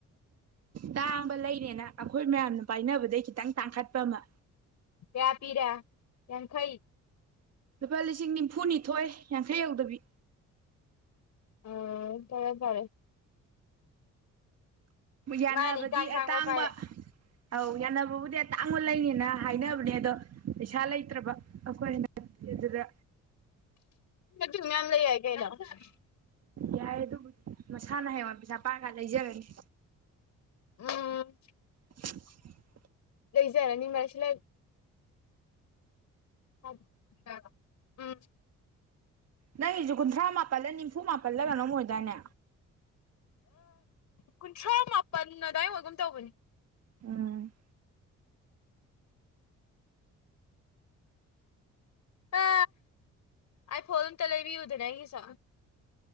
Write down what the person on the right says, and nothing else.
ꯇꯥꯡꯕ ꯂꯩꯔꯦꯅ ꯑꯩꯈꯣꯏ ꯃꯌꯥꯝꯅ ꯄꯥꯏꯅꯕꯗꯩ ꯈꯤꯇꯪ ꯇꯥꯡꯈꯠꯄ ꯑꯃ
ꯂꯨꯄꯥ ꯂꯤꯁꯤꯡ ꯅꯤꯝꯐꯨꯅꯤꯊꯣꯏ ꯌꯥꯡꯈꯩ ꯌꯧꯗꯕꯤ
ꯌꯥꯅꯕꯗꯤ
ꯑꯇꯥꯡꯕ
ꯑꯧ ꯌꯥꯅꯕꯕꯨꯗꯤ ꯑꯇꯥꯡꯕ ꯂꯩꯅꯤꯅ ꯍꯥꯏꯅꯕꯅꯦ ꯑꯗꯣ ꯄꯩꯁꯥ ꯂꯩꯇ꯭ꯔꯕ ꯑꯩꯈꯣꯏꯅ ꯑꯗꯨꯗ
ꯌꯥꯏ ꯑꯗꯨꯕꯨ ꯃꯁꯥꯅ ꯍꯌꯦꯉ ꯄꯩꯁ ꯄꯥꯒ ꯂꯩꯖꯔꯅꯤ
<inaudible>
ꯅꯪꯒꯤꯁꯨ ꯀꯨꯟꯊ꯭ꯔꯥ ꯃꯥꯄꯜꯂ ꯅꯤꯝꯐꯨ ꯃꯥꯄꯜꯂ ꯀꯩꯅꯣꯝ ꯑꯣꯏꯗꯏꯅꯦ
ꯎꯝ